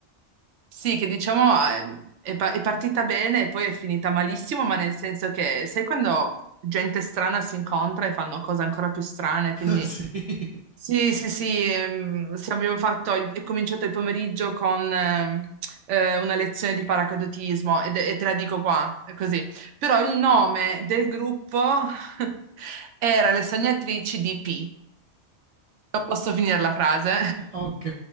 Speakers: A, on the right; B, on the right.
A: Sì, che diciamo eh, è, pa- è partita bene e poi è finita malissimo, ma nel senso che sai quando gente strana si incontra e fanno cose ancora più strane, quindi
B: <laughs> sì. <laughs>
A: sì, sì, sì, ehm, sì, abbiamo fatto, il- è cominciato il pomeriggio con ehm, eh, una lezione di paracadutismo ed- e, te la dico qua, è così. Però il nome del gruppo <laughs> era Le Sognatrici di P. Non posso finire la frase.
B: Ok,